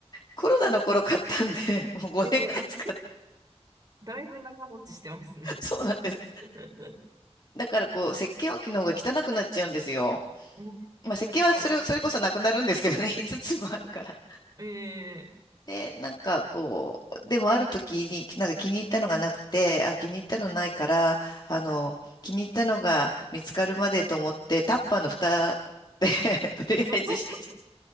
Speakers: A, on the left; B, on the right.
A: コロナの頃買ったんで、<laughs> もう5年ぐらい使った。
B: はいはいはいはいえー、<laughs> だいぶ長持ちしてますね。
A: <laughs> そうなんです。
B: <laughs>
A: だからこう、
B: えー、
A: 石鹸置きの方が汚くなっちゃうんですよ。
B: <laughs> なる
A: まあ、石鹸はそれ、
B: ほど。
A: それこそなくなるんですけどね、<laughs> 5つつもあるから。
B: え
A: で、なんかこう、でもある時に、なんか気に入ったのがなくて、あ、気に入ったのないから、
B: ー、はい。
A: あの、気に入ったのが見つかるまでと思って、タッパーの蓋で <laughs> とりあえずし、
B: <laughs>